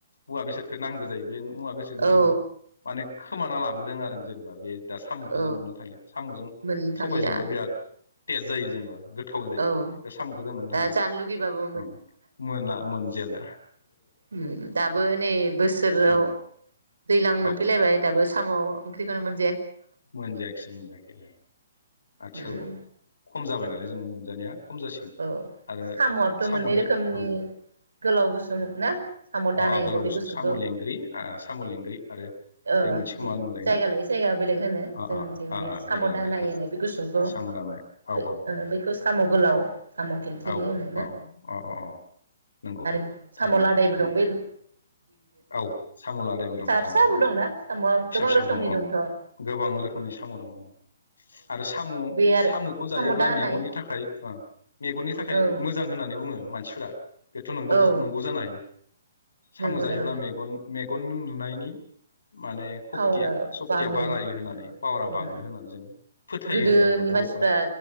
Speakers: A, on the left; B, on the right.
A: औवा बेसादखो नांगौ जायो। बे मुवा बेसादखौ
B: औ
A: जोङो माने खोमाना लाबोदों आरो जेनेबा बे दा साम'खौ
B: औ
A: जों मोननो थांलिया साम'जों
B: मोननो थांलिया
A: सबायजोंबो बिराद तेज जायो जेनेबा गोथ थाव जायो
B: औ
A: बे साम'खौ जों मोननो
B: दा
A: थांलिया
B: जानो लुगैबाबो
A: उम मोना मोनजेला।
B: उम उम दाबो नै बोसोराव
A: औ
B: दैलां मोनफैलायबाय
A: औ
B: दाबो साम' ओंख्रिखौनो मोन
A: मोनजायाखिसै मोनजायाखै ओ आथिखालाव
B: उम
A: खम जाबाय नालाय जोंङो मोनजानाया खम जासिगोन
B: औ
A: आरो
B: साम'आथ'
A: साम'नि
B: मोननै रोखोमनि
A: ओं
B: गोलाव गुसुं ना साम' दानाय
A: अ अ गोलाव
B: होनो बे
A: गुसुं
B: गुसुंखौ
A: साम' लेंग्रि ओ साम' लेंग्रि आरो
B: ओ
A: बे मोनसेखौ
B: गु
A: मा होनोमोनलायनो
B: जायगा लायै जायगा बे लेग होनो
A: अ
B: जोंनिथिं
A: अ अ
B: बे
A: अ
B: साम'
A: जायगा लानाय
B: दानाय
A: ओ
B: होनो बे गुसुंखौ
A: साम' दानाय औ
B: बे
A: औ
B: ओ बैखौ साम' गोलाव। साम' खेंखिरि
A: औ
B: होनोना
A: औ अ अ अ नंगौ
B: आरो
A: थारैनो
B: साम' लादायबो
A: उम
B: दं बैल
A: औ साम' लादायबो दङ अ
B: फिसाबो
A: औ
B: दंना साम'आ
A: फिसा
B: गोबां
A: फिसाबो
B: रोखोमनि
A: दं ओं
B: दंथ' औ
A: गोबां रोखोमनि साम' दङ ओं आरो साम'
B: बे आरो
A: साम'खौ जायोब्ला
B: साम' दा होनाय
A: मेगननि थाखाय ओ मेगननि थाखाय
B: औ
A: मोजां होननानै बुङो। मानसिफोरा। बेथ' नोंगौ
B: औ
A: जो नोंगौ जानो हायो। साम'
B: नंगौ
A: जायो
B: दा
A: ब्ला मेगन मेग गन नुनायनि माने सक्तिया
B: पावारा
A: सक्तिया
B: बाङो
A: बारायो होननानै
B: उम
A: पावारा बाङो होननानै जों फोथायो
B: गोदोनि
A: आरो जेनेबा बर'फोरा
B: मानसिफ्रा